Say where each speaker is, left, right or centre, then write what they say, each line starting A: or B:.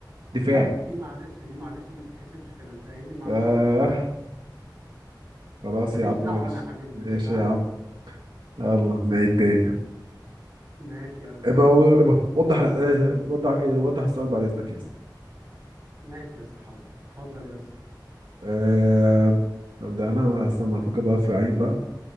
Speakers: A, on the right (about 85°); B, on the right (about 40°).
A: دفاعي
B: لا دي معلش دي معلش ما تتحسبش كده انت قايل لي معلومه
A: آه
B: غلط
A: خلاص
B: ماليش
A: يا عم
B: دعوه
A: ماشي
B: انا يا حبيبي ماليش
A: ماشي
B: دعوه
A: يا عم يلا نعيد تاني
B: <laughs> ماشي يلا
A: ابقى ابقى وضح آه، وضح آه، وضح السؤال بعد اذنك يا اسطى
B: ماشي يا اسطى حاضر اتفضل يا اسطى
A: آه، ابدا انا استنى افكر بقى في لعيب بقى